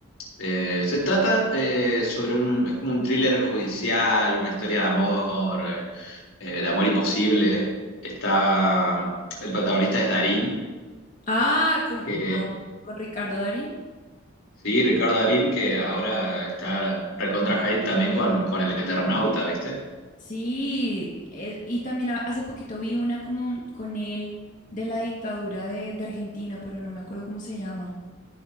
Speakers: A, on the left; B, on the left.
A: Eh, se trata eh, sobre un, es como un thriller judicial, una historia de amor, eh, eh, de amor imposible. Está, el protagonista es Darín,
B: Ah, con,
A: que
B: no, con Ricardo Darín.
A: Sí, Ricardo Darín, que ahora está recontra hype también con, con el Eternauta, ¿viste?
B: Sí, eh, y también ha- hace poquito vi una como con él de la dictadura de, de Argentina, pero no me acuerdo cómo se llama.